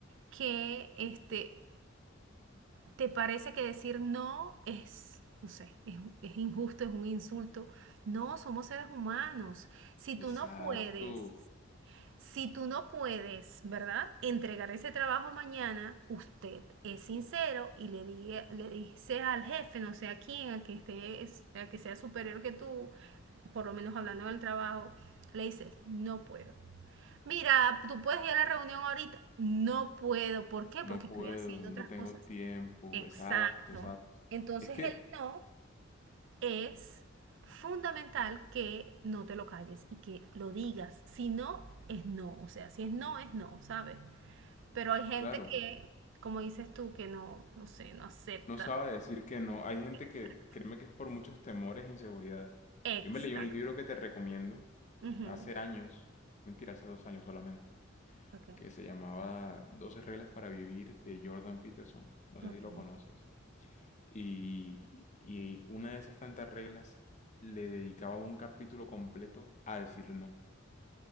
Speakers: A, on the right; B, on the left.
A: que este, te parece que decir no es, no sé, es, es injusto, es un insulto. No, somos seres humanos. Si
B: Exacto.
A: tú no puedes Si tú no puedes, ¿verdad? Entregar ese trabajo mañana, usted es sincero y le, diga, le dice al jefe, no sé a quién, al que, esté, al que sea superior que tú, por lo menos hablando del trabajo, le dices, no puedo. Mira, tú puedes ir a la reunión ahorita. No puedo. ¿Por qué?
B: No
A: Porque
B: puedo,
A: estoy haciendo
B: no
A: otras
B: tengo
A: cosas.
B: tiempo.
A: Exacto.
B: Exacto, exacto.
A: Entonces
B: Es que,
A: el no es fundamental que no te lo calles y que lo digas. Si no, es no. O sea, si es no, es no, ¿sabes? Pero hay gente
B: claro,
A: que, como dices tú, que no, no sé, no acepta.
B: No sabe decir que no. Hay gente
A: Exacto.
B: que, créeme que es por muchos temores e inseguridades.
A: Exacto.
B: Yo me leí un libro que te recomiendo
A: Ujú.
B: eh, hace años, mentira, hace dos años solamente,
A: Ok,
B: que se llamaba doce reglas para vivir de Jordan Peterson. No sé
A: ok.
B: si lo conoces. Y, y una de esas tantas reglas le dedicaba un capítulo completo a decir no.